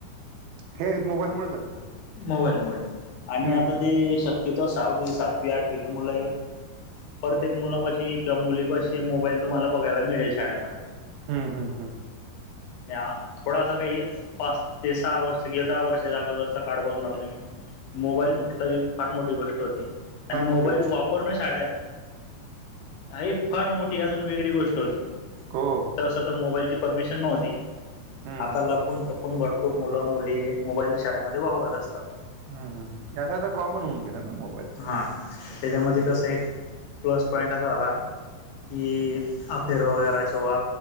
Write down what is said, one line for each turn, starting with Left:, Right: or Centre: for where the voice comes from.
Right: हे मोबाईलमुळेच झालं ना.
Left: मोबाईलमुळे आणि
Right: हम्म,
Left: आता
Right: हम्म,
Left: ते शक्यतो सहावी, सातवी, आठवीचे मुलं आहेत प्रत्येक मुलापाशी किंवा मुलीपाशी मोबाईल तुम्हाला बघायला मिळेल शाळेमध्ये.
Right: हम्म हम्म हम्म!
Left: या थोडासा काही पाच ते सहा वर्ष गे दहा वर्षाच्या अगोदरचा काळ बघणार तुम्ही, मोबाईल म्हटलं की फार मोठी गोष्ट होती. आणि
Right: फार
Left: मोबाईल
Right: मोठी गोष्ट
Left: वाप -रणं शाळेत हा ही फार मोठी अजून वेगळी गोष्ट होती.
Right: हो हो
Left: तसं तर मोबाईलची परमिशन नव्हती
Right: हम्म,
Left: आता
Right: हम्म,
Left: लपून छपून भर -पूर मुलं-मुली मोबाईल शाळेमध्ये वावरत असतात.
Right: हं हं हं, आता तर कॉमन होऊन गेलं ना मोबाईलच.
Left: हा त्याच्यामध्ये कसं एक प्लस पॉइंट असा झाला की अफेयर वगैराचे वा